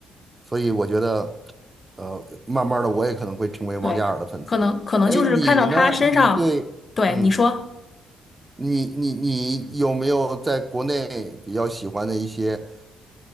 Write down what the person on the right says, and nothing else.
所以我觉得，呃，慢慢的我也可能会成为王嘉尔的粉丝。
哎，你呢？你对，
嗯，
你你你有没有在国内比较喜欢的一些